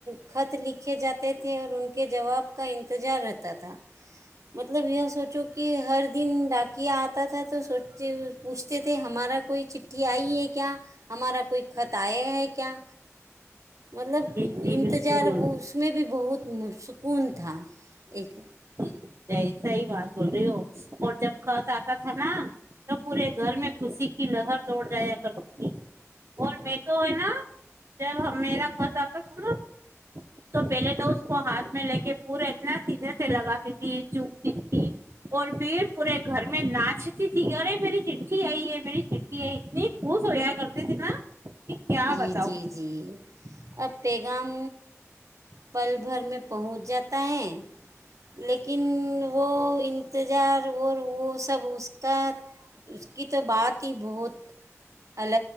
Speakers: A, on the right; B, on the right.
A: خط لکھے جاتے تھے اور ان کے جواب کا انتظار رہتا تھا مطلب یہ سوچو کہ ہر دن ڈاکیا آتا تھا تو سوچتے پوچھتے تھے ہمارا کوئی چٹھی آئی ہے کیا ہمارا کوئی خط آئے ہے کیا مطلب
B: جی جی
A: انتظار
B: بالکل
A: اس میں بھی بہت مش سکون تھا ایک
B: جی صحیح بات بول رہی ہو اور جب خط آتا تھا نا تو پورے گھر میں خوشی کی لہر توڑ جایا کرتی تھی اور میں تو ہے نا جب میرا خط آتا تھا نا تو پہلے تو اس کو ہاتھ میں لے کے پورا اتنا سیدھے سے لگات ت چتی تھی اور پھر پورے گھر میں ناچتی تھی یرے میری چٹھی آئی ہے میری چٹھی آئی اتنی خوش ہویا کرتی تھی نا کہ کیا
A: جی
B: بتاؤ
A: جی جی اب پیغام پل بھر میں پہنچ جاتا ہے لیکن وہ انتظار اور وہ سب اس کا اس کی تو بات ہی بہت ال